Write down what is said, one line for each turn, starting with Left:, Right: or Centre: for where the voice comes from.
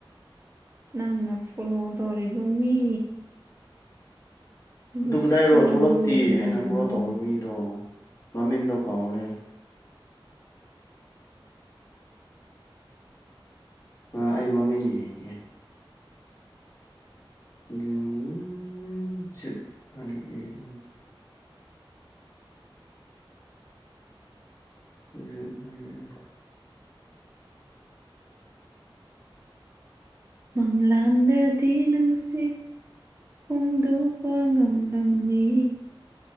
Right: ꯅꯪꯅ ꯐꯣꯂꯣ ꯇꯧꯔꯤꯕ ꯃꯤ ꯍꯧꯖꯤꯛ
Left: ꯑꯗꯨ ꯀꯗꯥꯏꯔꯣ
Right: ꯆꯪꯕꯗ
Left: ꯊꯣꯛꯂꯛꯇꯦ
Right: ꯎꯕꯅꯦ
Left: ꯑꯩꯅ
Right: ꯏꯕꯨꯡꯉꯣ
Left: ꯐꯣꯂꯣ ꯇꯧꯕ ꯃꯤꯗꯣ ꯃꯃꯤꯟꯗꯣ ꯀꯥꯎꯔꯦ ꯑꯥ ꯑꯩ ꯃꯃꯤꯡ ꯌꯦꯡꯒꯦ <unintelligible> <unintelligible>
Right: ꯃꯪꯂꯥꯟꯗꯗꯤ ꯅꯪꯁꯤ ꯐꯣꯡꯗꯣꯛꯄ ꯉꯝꯂꯝꯃꯤ